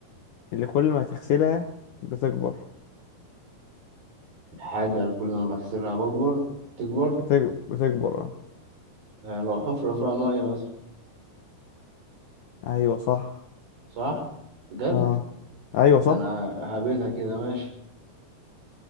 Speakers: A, on the left; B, on the right.
A: اللي كل ما تغسلها بتكبر
B: الحاجة اللي كل ما بغسلها بكبر تكبر
A: بتكبر بتكبر اه
B: آه لو حفرة فيها مية مثلا
A: ايوه صح
B: صح بجد
A: اه ايوه
B: ده
A: صح
B: انا هبيتها كده ماشي